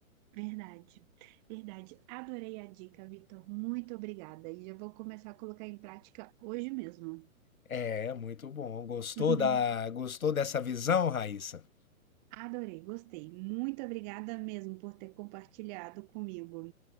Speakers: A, on the right (about 30°); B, on the left (about 75°).
A: verdade. Verdade. Adorei a dica, Vitor. Muito obrigada. E eu vou começar a colocar em prática hoje mesmo.
B: É, muito bom. Gostou
A: <laughs>
B: da, gostou dessa visão, Raíssa?
A: Adorei, gostei. Muito obrigada mesmo por ter compartilhado comigo.